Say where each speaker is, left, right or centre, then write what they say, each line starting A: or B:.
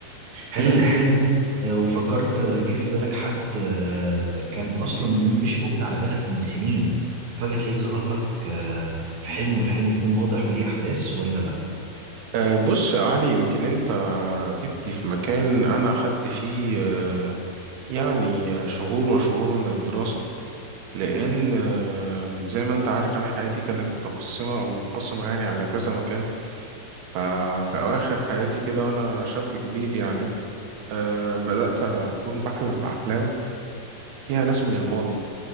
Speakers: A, on the right; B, on the right.
A: حلمت
B: مم.
A: حلم آه، وفكرت آه، جه في بالك حد آه، كان أصلا مش موجود على بالك من سنين وفجأة تلاقيه ظهر لك آه، في حلم والحلم يكون واضح وليه أحداث ولا لأ؟
B: آه، بص يا علي يمكن انت جيت لي في مكان انا خدت فيه آه، يعني آه، شهور وشهور من الدراسة لان آه، زي ما انت عارف انا حياتي كانت متقسمة او منقسمة يعني على كذا مكان ففي اواخر حياتي كده وانا شاب كبير يعني آه، بدأت اكون بحلم باحلام فيها ناس من الماضي